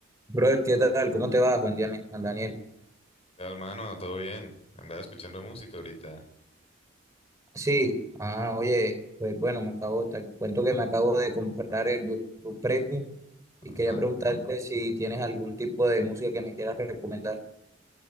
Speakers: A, on the right; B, on the left.
A: Brother, ¿qué tal? ¿Cómo te va, Juan Dian- Juan Daniel?
B: Tal, mano, todo bien. Andaba escuchando música ahorita.
A: Sí, ah, oye, pues bueno, me acabo, te cuento que me acabo de comprar el YouTube Premium y
B: Ajá.
A: quería preguntarte si tienes algún tipo de música que me quieras recomendar.